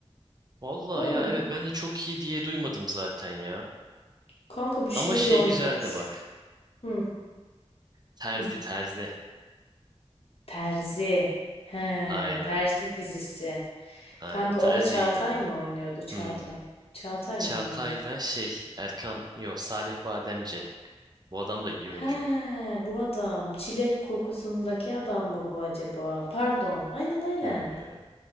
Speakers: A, on the right; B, on the left.
A: Valla
B: Vay
A: ya
B: be.
A: evet ben de çok iyi diye duymadım zaten ya.
B: Kanka bu şey
A: Ama şey
B: de oynuyormuş.
A: güzeldi bak.
B: Hı,
A: Terzi
B: hı.
A: terzi.
B: Terzi. He,
A: Aynen
B: Terzi dizisi.
A: aynen
B: Kanka
A: terzi
B: onda Çağatay
A: iyiydi abi.
B: mı oynuyordu? Çağatay.
A: Hmm.
B: Çağatay
A: Çağatay'la
B: mı oynuyordu?
A: şey Erkan yok Salih Bademci. Bu adam da iyi oyuncu.
B: He, bu adam. Çilek kokusundaki adam mı bu acaba? Pardon. Aynen aynen.
A: Bilmiyorum.